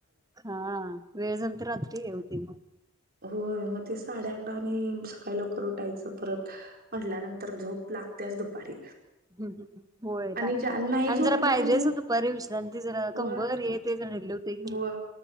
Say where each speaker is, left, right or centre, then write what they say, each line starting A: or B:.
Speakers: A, on the right (about 15°); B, on the right (about 45°).
A: हा वेळ झाल तर रात्री ये होती
B: होय मग ते साडे आणि सकाळी लवकर उठायचं परत म्हटल्यानंतर झोप लागते्याच दुपारी
A: हम होय
B: आणि
A: लाग
B: ज्या नाही
A: आणि
B: झोपलं
A: जरा पाहिजेच
B: का नाही
A: दुपारी विश्रांती जरा
B: व
A: कंबर आहे ते जणले होते कि
B: व
A: नाही